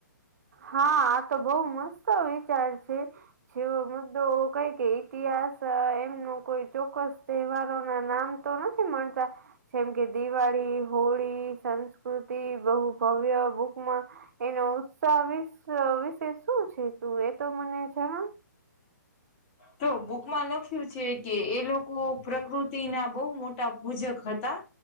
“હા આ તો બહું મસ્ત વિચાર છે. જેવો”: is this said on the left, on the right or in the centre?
Right